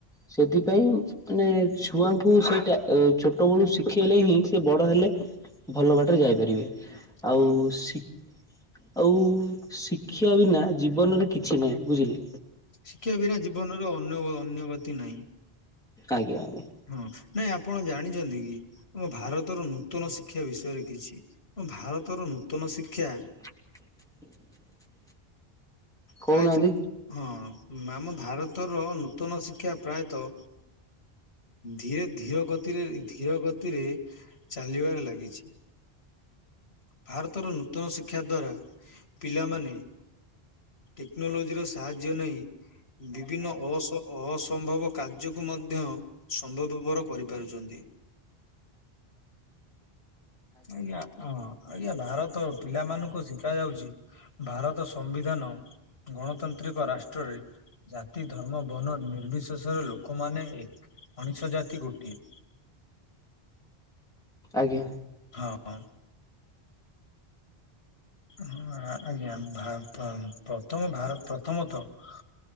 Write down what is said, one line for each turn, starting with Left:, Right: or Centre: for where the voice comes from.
Centre: ସେଥିପାଇଁ, ମାନେ ଛୁଆଙ୍କୁ ସେଟା ଛୋଟ ଅ ବେଳୁ ଶିଖେଇଲେ ହିଁ ସେ ବଡ ହେଲେ ଭଲ ବାଟରେ ଯାଇପାରିବେ। ଆଉ
Left: ହଁ
Centre: ଶି ଆଉ ଶିକ୍ଷା ବିନା ଜୀବନରେ କିଛି ନାହିଁ ବୁଝିଲେ।
Left: ଶିକ୍ଷା ବିନା ଜୀବନର ଅନ୍ୟ- ଅନ୍ୟଗତି ନାହିଁ।
Centre: ଆଜ୍ଞା। ଆଜ୍ଞା
Left: ହଁ ନାଇଁ ଆପଣ ଜାଣି ଚନ୍ତି କି ଆମ ଭାରତର ନୂତନ ଶିକ୍ଷା ବିଷୟରେ କିଛି ଆମ ଭାରତର ନୂତନ ଶିକ୍ଷା
Centre: <inaudible> କହୁନାହାନ୍ତି
Left: ପ୍ରାୟତଃ ହଁ ଆମ ଭାରତର ନୂତନ ଶିକ୍ଷା ପ୍ରାୟତଃ। ଧୀରେ ଧୀର ଗତିରେ ଧୀର ଗତିରେ ଚାଲିବାରେ ଲାଗିଛି। ଭାରତର ନୂତନ ଶିକ୍ଷା ଦ୍ୱାରା ପିଲାମାନେ ଟେକ୍ନୋଲୋଜିର ସାହାଯ୍ୟ ନେଇ ବିଭିନ୍ନ ଅସ ଅସମ୍ଭବ କାର୍ଯ୍ୟକୁ ମଧ୍ୟ ସମ୍ଭବପର କରିପାରୁଛନ୍ତି। ଆଜ୍ଞା ଅଂ। ଆଜ୍ଞା ଭାରତ ପିଲାମାନଙ୍କୁ ଶିକ୍ଷା ଯାଉଛି ଭାରତ ସମ୍ବିଧାନ ଗଣତନ୍ତ୍ର ତ୍ରିକ ରାଷ୍ଟ୍ରରେ ଜାତି ଧର୍ମ ବନ ନିର୍ବିଶେଷରେ ଲୋକମାନେ ଏକ ମଣିଷ ଜାତି ଜାତି ଗୋଟିଏ।
Centre: ଆଜ୍ଞା।
Left: ହଁ ଅ। ହଁ ଆଜ୍ଞା ଭା ଭା ପ୍ରଥମ ଭାରତ ପ୍ରଥମତଃ